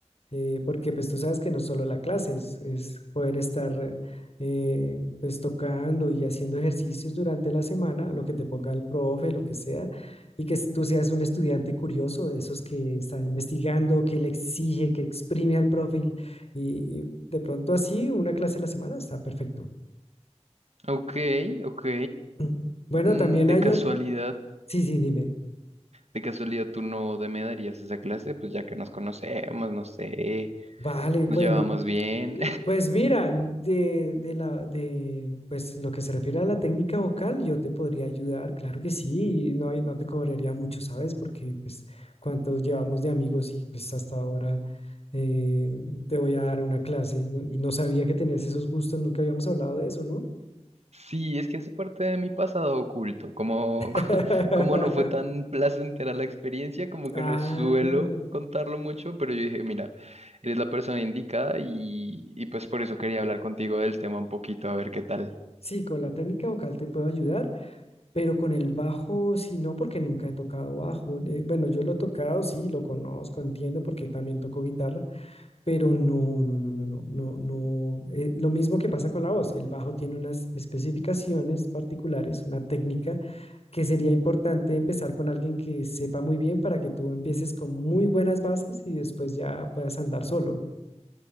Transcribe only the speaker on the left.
eh, porque pues tú sabes que no solo la clase es, es poder estar eh, pues tocando y haciendo ejercicios durante la semana, lo que te ponga el profe, lo que sea, y que tú seas un estudiante curioso de esos que está investigando, que le exige, que exprime al profe y, y y de pronto así una clase a la semana está perfecto.
<clears throat> Bueno,
también
hay...
o- hay- Sí, sí, dime.
Vale, bueno,
Pues mira, de, de la, de, pues lo que se refiere a la técnica vocal, yo te podría ayudar, claro que sí, y no, hay- no te cobraría mucho, ¿sabes? Porque pues cuántos llevamos de amigos y pues hasta ahora eh, te voy a dar una clase. No, no sabía que tenías esos gustos, nunca habíamos hablado de eso, ¿no?
<laughs>
Ah,
sí, con la técnica vocal te puedo ayudar. Pero con el bajo, sí, no, porque nunca he tocado bajo. Eh, bueno, yo lo he tocado, sí, lo conozco, entiendo, porque también toco guitarra, pero no, no, no, no, no, no, no. eh, lo mismo que pasa con la voz, el bajo tiene unas especificaciones particulares, una técnica que sería importante empezar con alguien que sepa muy bien para que tú empieces con muy buenas bases y después ya puedas andar solo.